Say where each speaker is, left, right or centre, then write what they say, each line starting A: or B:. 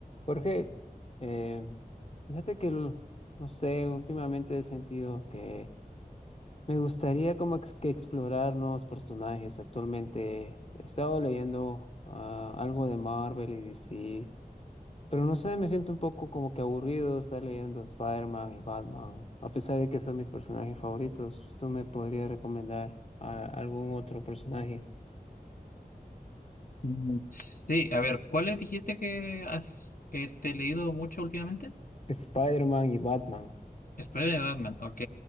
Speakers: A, on the left; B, on the left.
A: Jorge, eh, fíjate que, lo- no sé, últimamente he sentido que me gustaría como ex- que explorar nuevos personajes. Actualmente he estado leyendo ah, algo de Marvel y DC, pero no sé, me siento un poco como que aburrido de estar leyendo Spider-Man y Batman, a pesar de que son mis personajes favoritos. ¿Tú me podrías recomendar a- algún otro personaje?
B: Mm, Sí, a ver, ¿cuáles dijiste que has este, leído mucho últimamente?
A: Spider-Man y Batman.
B: Spider-Man, Batman, ok.